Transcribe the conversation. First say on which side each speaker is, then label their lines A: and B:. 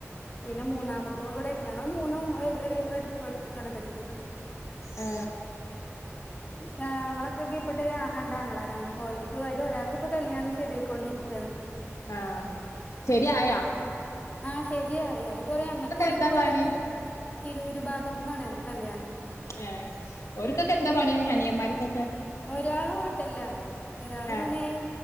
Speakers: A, on the left (about 30°); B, on the left (about 80°).
A: പിന്നെ മൂന്നാമത്തോള് ഇവടെ ഞങ്ങള് മൂന്നും ഒരു എടുത്തു അടുത്തക്കാണ് കെട്ടിച്ചേക്കണേ
B: ഏ
A: ഞങ്ങളൊക്കെ കിപ്പാട്ട് രണ്ടാങ്ങളാരാണ് ഒന്ക് അതില് ഒരാൾക്ക് ഇപ്പോ കല്യാണം ശരിയായിക്കൊണ്ടിരിക്കണ്
B: ആ ശരിയായാ
A: ആ ശെരിയായി അത് കൊറേ അങ്ങക്ക് കൊറേ
B: എന്താ
A: ദൂരാണ്
B: പണി
A: തിരൂര് ഭാഗത്ത്ന്നാണ് കല്യാണം
B: ഏ ഓര്ക്കൊക്കെ എന്താ പണിയ അനിയന്മാർക്ക്
A: ഒരാള് ഹോട്ടലിലാണ് ഒരാള്
B: ഏഹ്
A: പിന്നെ